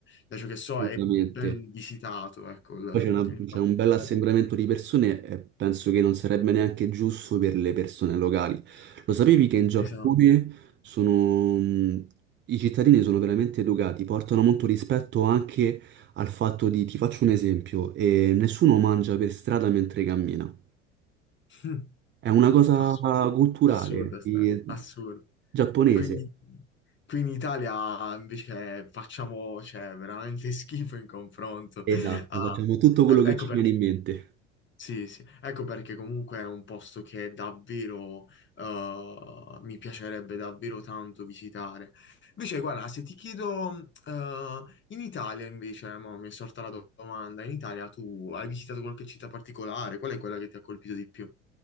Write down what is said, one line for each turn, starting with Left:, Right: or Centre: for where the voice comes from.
Left: da ciò che so
Right: assolutamente.
Left: è ben visitato, ecco, il,
Right: Poi c'è una-
Left: il
Right: c'è
Left: Giappone.
Right: un bel assembramento di persone e penso che non sarebbe neanche giusto per le persone locali. Lo sapevi che in Giappone
Left: Esatto.
Right: sono... mh, i cittadini sono veramente educati, portano molto rispetto anche al fatto di, ti faccio un esempio, eh, nessuno mangia per strada mentre cammina.
Left: Mm.
Right: È una cosa
Left: Assurdo,
Right: culturale,
Left: assurdo,
Right: di-
Left: sta- assurdo.
Right: giapponese.
Left: Quindi qui in Italia invece facciamo, cioè, veramente <laughs> schifo in confronto.
Right: Esatto,
Left: a-
Right: facciamo tutto quello
Left: a-
Right: che
Left: ecco
Right: ci
Left: perché.
Right: viene in mente.
Left: Sì, sì, ecco perché comunque è un posto che davvero eh, mi piacerebbe davvero tanto visitare. Invece, guarda, se ti chiedo mm, eh, in Italia invece, mo mi è sorta la do- domanda, in Italia tu hai visitato qualche città particolare? Qual è quella che ti ha colpito di più?